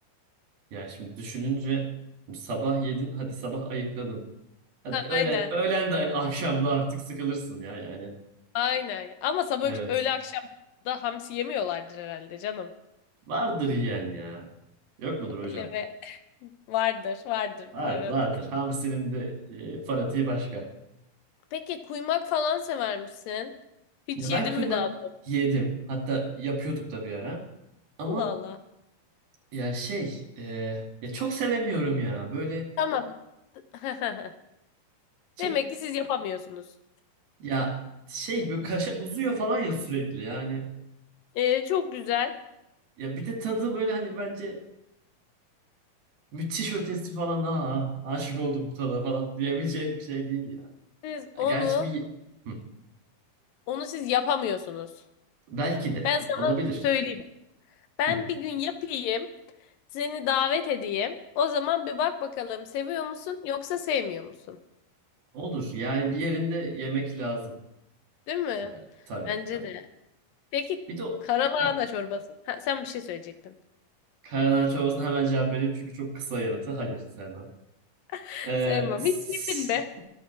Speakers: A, on the right; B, on the left.
A: Ya şimdi düşününce şimdi sabah yedin, hadi sabah ayıkladın. Hadi öğlen,
B: Aynen.
A: öğlen de akşam da artık sıkılırsın ya yani.
B: Aynen. Ama sabah
A: Evet.
B: öğle akşam da hamsi yemiyorlardır herhalde canım.
A: Vardır yiyen ya. Yok mudur hocam?
B: Öyle mi? Vardır, vardır
A: Vardır,
B: bu arada.
A: vardır. Hamsinin de e, fanatiği başka.
B: Peki kuymak falan sever misin? Hiç
A: Ya ben
B: yedin
A: kıyma
B: mi daha?
A: yedim. Hatta yapıyorduk da bir ara. Ama
B: Allah Allah.
A: ya şey, e, ya çok sevemiyorum ya. Böyle
B: Tamam. <laughs>
A: çok
B: Demek ki siz yapamıyorsunuz.
A: ya şey böyle kaşa uzuyor falan ya sürekli. Yani
B: Ee, çok güzel.
A: ya bir de tadı böyle hani bence müthiş ötesi falan. Aa, aşık oldum bu tada falan <laughs> diyebileceğim bir şey değil ya.
B: Siz
A: Ha,
B: onu
A: Gerçi bir Hı.
B: onu siz yapamıyorsunuz.
A: belki de
B: Ben sana
A: olabilir.
B: söyleyeyim. Ben
A: Hı.
B: bir gün yapayım. Seni davet edeyim. O zaman bir bak bakalım seviyor musun yoksa sevmiyor musun?
A: Olur. Yani bir yerinde yemek lazım.
B: Değil mi?
A: Yani tabii
B: Bence
A: tabii.
B: de. Peki
A: Bir de o-
B: karalahana
A: Ha,
B: çorbası. Ha, sen bir şey söyleyecektin.
A: Karanağaç sorusuna hemen cevap vereyim çünkü çok kısa yanıtı. Hayır sevmem.
B: <laughs>
A: Ee,
B: Sevmem.
A: <laughs> s-
B: Hiç yedin mi?